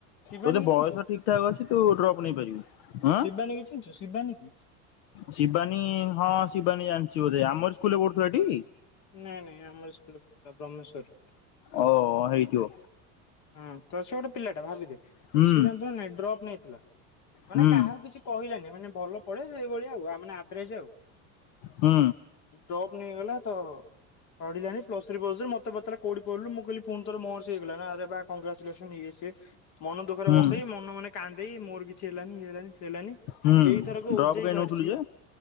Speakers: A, on the left; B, on the left.
A: ଶିବାନୀ
B: ଜଦି
A: କି
B: ବୟସ
A: ଚିହ୍ନିଛୁ
B: ଠିକ ଠାକ୍ ଅଛି ତୁ ଡ୍ରପ୍ ନେଇପାରିବୁ। ହଁ
A: ଶିବାନୀ କି ଚିନଛୁ ଶିବାନୀ?
B: ଶିବାନୀ ହଁ ଶିବାନୀ ଜାନ୍ଚି ବୋଧେ ଆମ ସ୍କୁଲରେ ପଢୁଥିଲା ଟି।
A: ନାଇଁ ନାଇଁ ଆମ ସ୍କୁଲରେ ପଡୁଥିଲା ବ୍ରହ୍ମେଶ୍ଵରରେ।
B: ଓଉ ଅ ହେଇଥିବ।
A: ହଁ ତ ସେ ଗୋଟେ ପିଲାଟା ଭାବି ଦେ ଗୋଟେ
B: ହୁଁ
A: ସିଏ ଜାଣିଚୁ ନା ନାଇ ଡ୍ରପ୍ ନେଇଥିଲା ମାନେ
B: ହୁଁ
A: କାହାକୁ କିଛି କହିଲାନି ମାନେ ଭଲ ପଢେ ସେଇଭଳିଆ ଆଉ ଆଉ ମାନେ ଆଭରେଜ ଆଉ।
B: ହୁଁ।
A: ଡ୍ରପ୍ ନେଇଗଲା ତ ପଢିଲାଣି ପ୍ଲସ ଥ୍ରି ଫ୍ଲ ଥ୍ରି ମତେ ପଚାରିଲା କଉଠି ପଢିଲୁ ମୁଁ କଇଲ ପୁଣିଥର ମହର୍ଷି ହେଇଗଲା ନା ଆରେ ବା କଂଗ୍ରାଚୁଲେସନ୍ ଇଏ ସିଏ। ମନ ଦୁଃଖରେ
B: ହୁଁ।
A: ବସେଇ ମନ ମନେ କାନ୍ଦେଇ ମୋର କିଛି ହେଲାନି ଇଏ ହେଲାନି ସିଏ ହେଲାନି
B: ହୁଁ
A: ଏଇ ଥରକୁ
B: ଡ୍ରପ୍
A: ଓ ଜେ
B: କାଇଁ
A: ଇ
B: ନଉଥିଲୁ
A: ଭାଆରିଚି
B: ଯେ